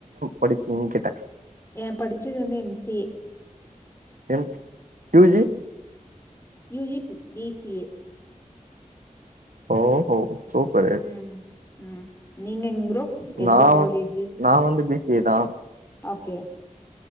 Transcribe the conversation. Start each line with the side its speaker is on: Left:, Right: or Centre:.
Right: படிச்சிங்னு கேட்ட
Left: ஏம் படிச்சது வந்து M C A
Right: M U G
Left: UG B B C A
Right: ஓ ஹோ சூப்பரு
Left: ம் ம் நீங்க எங் ப்ரோ எந்த
Right: நா
Left: காலேஜு
Right: வந் நா வந்து பி சி ஏ தா
Left: ஆகே